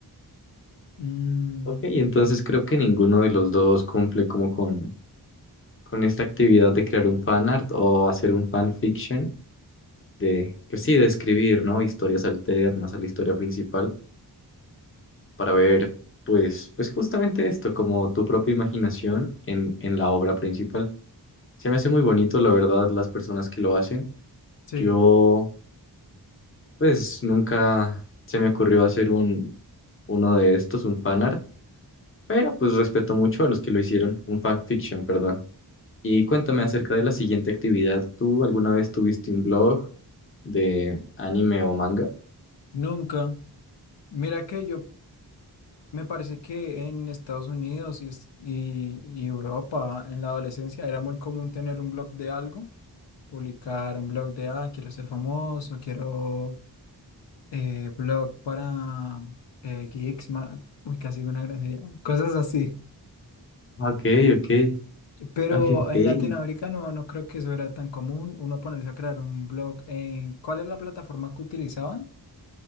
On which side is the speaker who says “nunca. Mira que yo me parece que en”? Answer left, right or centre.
Left